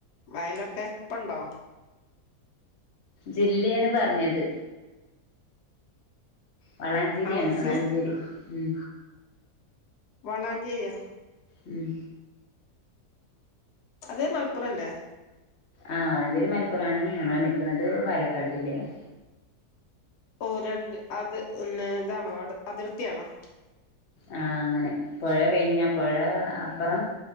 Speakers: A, on the left; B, on the left.
A: വയലൊക്കെ ഇപ്പണ്ടോ
B: ജില്ലേണ് പറഞ്ഞത് വളാഞ്ചേരിയാണ്
A: ആഹ് മനസ്സിലായി
B: വളാഞ്ചേരി ഉം
A: വളാഞ്ചേരിയാ
B: ഉം
A: അത് മലപ്പുറല്ലേ
B: ആ വളാഞ്ചേരി മലപ്പുറാണ് ഞങ്ങൾ നിക്കുന്നത് പാലക്കാട് ജില്ലേണ്
A: ഓ രണ്ട് അത് ന്ന ഇതാണോ അതിർത്തിയാണോ
B: ആ അങ്ങനെ പുഴ കഴിഞ്ഞാൽ പുഴ അപ്പൊറം